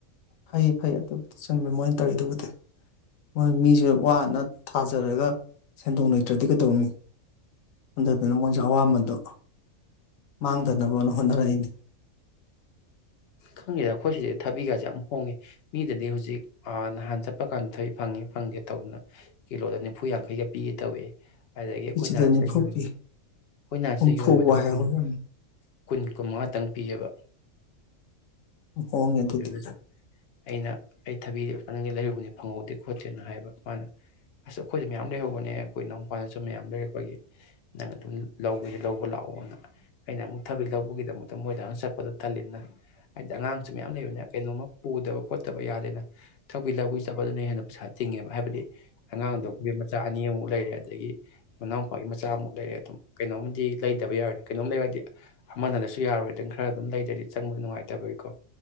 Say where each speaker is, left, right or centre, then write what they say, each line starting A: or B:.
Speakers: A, on the left (about 75°); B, on the left (about 65°).
A: ꯐꯩ ꯐꯩ ꯑꯗꯨꯕꯨꯗꯤ ꯆꯨꯝꯃꯦ ꯃꯣꯏꯅ ꯇꯧꯔꯤ ꯗꯣꯕꯨꯗꯤ ꯃꯣꯏ ꯃꯤꯁꯨ ꯋꯥꯅ ꯊꯥꯖꯔꯒ ꯁꯦꯟꯗꯣꯡ ꯂꯩꯇ꯭ꯔꯗꯤ ꯀꯩꯗꯧꯅꯤ ꯑꯗꯨꯗꯅ ꯃꯣꯏꯁꯨ ꯑꯋꯥꯃꯟꯗꯣ ꯃꯥꯡꯗꯅꯕꯅ ꯍꯣꯠꯅꯔꯛꯏꯅꯤ
B: ꯈꯪꯉꯤꯗ ꯑꯩꯈꯣꯏ ꯁꯤꯗꯗꯤ ꯊꯕꯤꯒꯁꯦ ꯌꯥꯝ ꯍꯣꯡꯉꯦ ꯃꯤꯗꯗꯤ ꯍꯧꯖꯤꯛ ꯅꯍꯥꯟ ꯆꯠꯄ ꯀꯥꯟꯗ ꯊꯣꯕꯤ ꯐꯪꯉꯦ ꯐꯪꯗꯦ ꯅ ꯇꯧꯗꯅ ꯀꯤꯂꯣꯗ ꯅꯤꯐꯨ ꯌꯥꯡꯈꯩꯒ ꯄꯤꯒꯦ ꯇꯧꯏ ꯑꯗꯒꯤ
A: ꯀꯦꯖꯤꯗ
B: ꯑꯩꯈꯣꯏꯅꯥꯟ
A: ꯅꯤꯐꯨ
B: ꯁꯦ ꯗ ꯒꯤ
A: ꯄꯤ
B: ꯑꯩꯈꯣꯏ ꯅꯍꯥꯟ
A: ꯍꯨꯝꯐꯨꯕꯨ
B: ꯌꯣꯟꯕ
A: ꯍꯥꯏꯍꯧꯋꯤ
B: ꯐꯟ
A: ꯎꯝ
B: ꯀꯨꯟꯀꯨꯃꯥ ꯈꯤꯇꯪ ꯄꯤꯖꯕ
A: ꯍꯣꯡꯉꯦ ꯑꯗꯨꯗꯤ
B: ꯕꯦꯝꯃꯅꯁꯨ ꯑꯩꯅ ꯑꯩ ꯊꯕꯤꯗꯅꯤꯡꯗꯤ ꯂꯩꯍꯨꯕꯅꯤ ꯐꯪꯍꯧꯗꯦ ꯈꯣꯠꯁꯦꯅ ꯍꯥꯏꯕ ꯃꯥꯅ ꯑꯁ ꯑꯩꯈꯣꯏꯗ ꯃꯌꯥꯝ ꯂꯩꯍꯧꯕꯅꯦ ꯑꯩꯈꯣꯏ ꯏꯅꯥꯎꯄꯥꯅꯁꯨ ꯃꯌꯥꯝ ꯂꯩꯔꯦ ꯑꯩꯈꯣꯏꯒꯤ ꯅꯪ ꯑꯗꯨꯝ ꯂꯧꯕꯁ ꯂꯧꯕ ꯂꯥꯛꯑꯣꯅ ꯑꯩꯅ ꯑꯃꯨꯛ ꯊꯕꯤ ꯂꯧꯕꯒꯤꯗꯃꯛꯇ ꯑꯗ ꯃꯣꯏꯗ ꯍꯥꯡ ꯆꯠꯄꯗ ꯊꯠꯜꯂꯤꯅ ꯍꯥꯏꯗꯤ ꯑꯉꯥꯡꯁꯨ ꯃꯌꯥꯝ ꯂꯩꯕꯅꯤꯅ ꯀꯩꯅꯣꯝꯃ ꯄꯨꯗꯕ ꯈꯣꯠꯇꯕ ꯌꯥꯗꯦꯅ ꯊꯧꯕꯤ ꯂꯧꯕꯤ ꯆꯕ ꯑꯗꯨꯅ ꯍꯦꯟꯅ ꯄꯩꯁꯥ ꯇꯤꯡꯉꯦꯕ ꯍꯥꯏꯕꯗꯤ ꯑꯉꯥꯡꯗꯣ ꯑꯩꯈꯣꯏꯒꯤ ꯃꯆꯥ ꯑꯅꯤꯃꯨꯛ ꯂꯩꯔꯦ ꯑꯗꯒꯤ ꯃꯅꯥꯎ ꯃꯄꯥꯒꯤ ꯃ ꯃꯆꯥꯃꯨꯛ ꯂꯩꯔꯦ ꯑꯗꯨꯝ ꯀꯩꯅꯣꯝ ꯗꯤ ꯂꯩꯗꯕ ꯌꯥꯔꯣꯏꯗ ꯀꯩꯅꯣꯝ ꯂꯩꯔꯗꯤ ꯑꯃꯅꯅꯁꯨ ꯌꯥꯔꯔꯣꯏ ꯑꯗꯨꯝ ꯈꯔ ꯑꯗꯨꯝ ꯂꯩꯗꯗꯤ ꯆꯪꯕꯗ ꯅꯨꯡꯉꯥꯏꯇꯕꯒꯤꯀꯣ